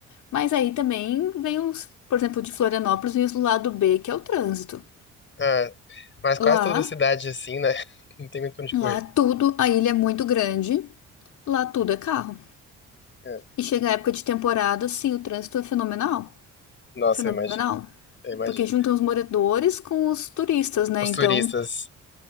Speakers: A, on the left; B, on the left.
A: Mas aí também vem os, por exemplo, de Florianópolis e o lado B, que é o trânsito.
B: Ah, mas
A: Lá,
B: quase toda cidade assim, né? <laughs> Não tem muito pra onde
A: lá
B: correr.
A: tudo, a ilha é muito grande, lá tudo é carro.
B: É.
A: E chega a época de temporada, sim, o trânsito é fenomenal.
B: Nossa,
A: Fenomenal.
B: eu imagino. Eu imagino.
A: Porque juntam os moradores com os turistas, né?
B: Os
A: Então,
B: turistas.